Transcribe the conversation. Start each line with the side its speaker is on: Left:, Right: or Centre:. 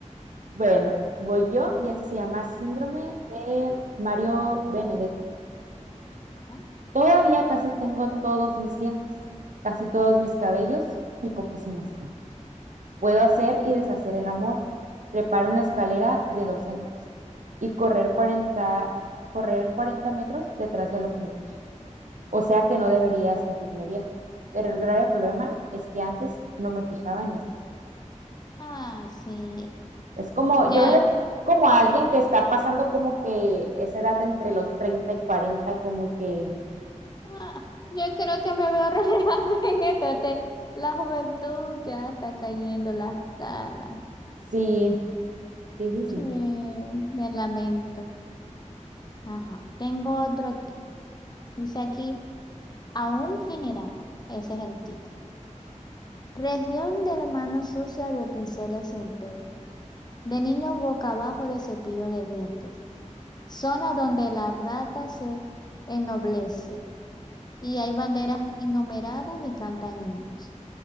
Right: Bueno, voy yo y este se llama Síndrome de Mario Benedetti.
Left: Ah,
Right: Todavía casi tengo todos mis dientes, casi todos mis cabellos y poquísimas canas. Puedo hacer y deshacer el amor, trepar una escalera de dos en dos y correr cuarenta correr 40 metros detrás del ómnibus. O sea que no debería sentirme viejo, pero el grave problema es que antes no me fijaba en estos detalles.
Left: Ah, sí.
Right: Es como,
Left: Ya.
Right: yo le como a alguien que está pasando como que esa edad entre los 30 y cuarenta como que
Left: Ah, yo creo que me veo reflejada <laughs> en esto. Este, la juventud ya está cayendo las canas.
Right: sí, sí, sí, sí.
Left: Sí, me lamento. Ajá. Tengo otro aquí. Dice aquí, a un general. Ese es el título. Región de la mano sucia de pinceles sin pelo. de niños boca abajo de cepillo de dientes, zona donde la rata se ennoblece y hay banderas innumeradas y cantan himnos.